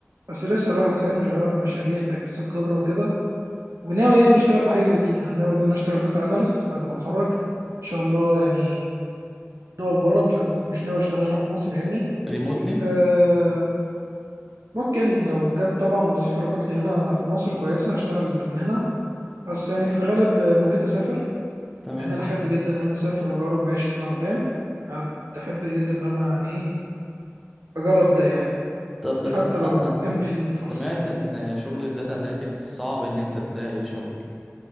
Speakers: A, on the right (about 90°); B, in the centre.
A: بس لسه الواحد فاهم شغال على مشاريع بيكتسب خبره وكده وناوي يعني اشتغل بحاجه زي دي يعني ناوي ان انا اشتغل داتا اناليست بعد ما اتخرج ان شاء الله يعني دول بره مش عايز مش ناوي اشتغل هنا في مصر يعني
B: ريموتلي
A: آه، ممكن لو جت طبعا وظيفة ريموتلي هنا في مصر كويسة هشتغل من هنا بس يعني في الغالب ممكن أسافر
B: تمام
A: لأن أنا أحب جدا إن أنا أسافر وأجرب عيشة بره فاهم أحب جدا إن أنا يعني إيه أجرب ده يعني
B: طب بس
A: حتى
B: انا
A: لو كان في فرص
B: سمعت ان شغل الداتا اناليتكس صعب ان انت تلاقي شغل